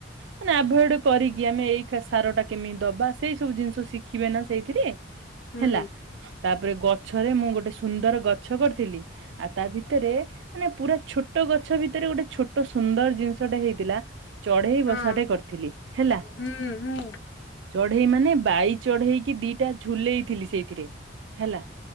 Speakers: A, on the right (about 65°); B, on the left (about 65°).
A: ମାନେ ଆଭଡ କରିକି ଆମେ ଏଇ ସାର ଟା କେମିତି ଦବା ସେଇ ସବୁ ଜିନିଷ ଶିଖିବେ ନା ସେଇଥିରେ
B: ହୁଁ
A: ହେଲା ତାପରେ ଗଛରେ ମୁଁ ଗୋଟେ ସୁନ୍ଦର ଗଛ କରିଥିଲି ଆଉ ତା ଭିତରେ ମାନେ ପୁରା ଛୋଟ ଗଛ ଭିତରେ ଗୋଟେ ଛୋଟ ସୁନ୍ଦର ଜିନିଷଟା ହେଇଥିଲା ଚଢେଇ
B: ହଁ
A: ବସାଟେ କରିଥିଲି ହେଲା
B: ହୁଁ ହୁଁ
A: ଚଢେଇ ମାନେ ବାଇ ଚଢେଇକି ଦିଟା ଝୁଲେଇଥିଲି ସେଇଥିରେ ହେଲା